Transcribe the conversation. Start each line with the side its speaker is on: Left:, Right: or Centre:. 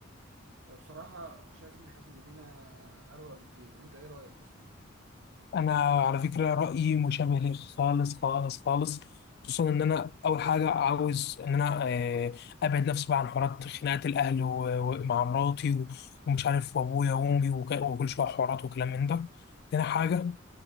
Right: فبصراحة شايف إن حياة المدينة أروق بكتير أنت إيه رأيك أصلا؟
Left: انا على فكره رايي مشابه ليك خالص خالص خالص خصوصا ان انا اول حاجه عاوز ان انا آه، ابعد نفسي بقى عن حوارات خناقات الاهل و- ومع مراتي و- ومش عارف وابويا وامي وك- وكل شويه حوارات وكلام من ده تاني حاجه